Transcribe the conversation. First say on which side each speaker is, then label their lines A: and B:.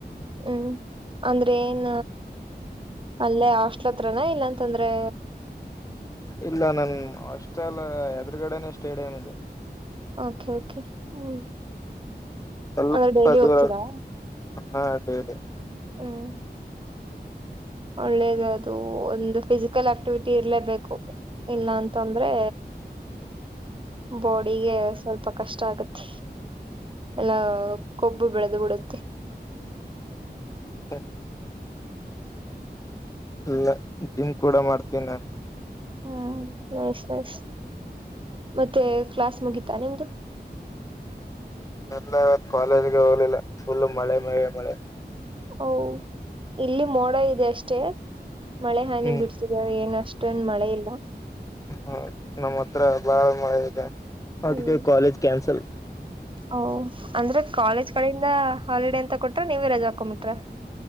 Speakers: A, on the right; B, on the left.
A: ಹ್ಮ್ ಅಂದ್ರೆ ಏನ್ ಅಲ್ಲೇ ಅಸ್ಟೆಲ್ ಅತ್ರನ ಇಲ್ಲ ಅಂತಂದ್ರೆ.
B: ಇಲ್ಲ ನನ್ ಆಸ್ಟೆಲ್ ಎದುರುಗಡನೆ ಸ್ಟೇಡಿಯಂ ಇದೆ.
A: ಓಕೆ ಓಕೆ ಹ್ಮ
B: ಸ್ವಲ್ಪ
A: ಅಂದ್ರೆ ಡೈಲಿ
B: ದೂರ
A: ಹೋಗ್ತೀರಾ.
B: ಹಾ ಡೈಲಿ
A: ಹ್ಮ್ ಒಳ್ಳೇದ ಅದು ಒಂದು ಫಿಸಿಕಲ್ ಆಕ್ಟಿವಿಟಿ ಇರ್ಲೇಬೇಕು. ಇಲ್ಲ ಅಂತಂದ್ರೆ. ಬಾಡಿಗೆ ಸ್ವಲ್ಪ ಕಷ್ಟ ಆಗತ್ತೆ ಎಲ್ಲ ಕೊಬ್. ಬೆಳೆದು ಬಿಡುತ್ತೆ.
B: <inaudible> ಇಲ್ಲ ಜಿಮ್ ಕೂಡ ಮಾಡ್ತೀನಿ ನಾನು.
A: ಹ್ಮ್ ನೈಸ್ ನೈಸ್ ಮತ್ತೆ ಕ್ಲಾಸ್ ಮುಗಿತಾ ನಿಮ್ದು.
B: ಇಲ್ಲ ಇವತ್ತು ಕಾಲೇಜ್ಗೆ ಹೋಗಿಲ್ಲ ಫುಲ್ ಮಳೆ ಮಳೆ ಮಳೆ.
A: ಓ ಇಲ್ಲಿ ಮೋಡ ಇದೆ ಅಷ್ಟೇ ಮಳೆ ಹನಿ
B: ಹ್ಮ್
A: ಬಿಡ್ಸ್ ತಿದೆ ಏನ್ ಅಷ್ಟೊಂದ ಮಳೆ ಇಲ್ಲ.
B: ಹೌ ನಮ್ಮ ಹತ್ರ ಬಾಳ ಮಳೆ ಇದೆ ಅದಕ್ಕೆ
A: ಹ್ಮ್
B: ಕಾಲೇಜ್ ಕ್ಯಾನ್ಸಲ್.
A: ಓ ಅಂದ್ರೆ ಕಾಲೇಜ್ ಕಡೆಯಿಂದ ಹಾಲಿಡೇ ಅಂತ ಕೊಟ್ರ ನೀವೇ ರಜಾ ಹಾಕೊಂಬಿಟ್ರ.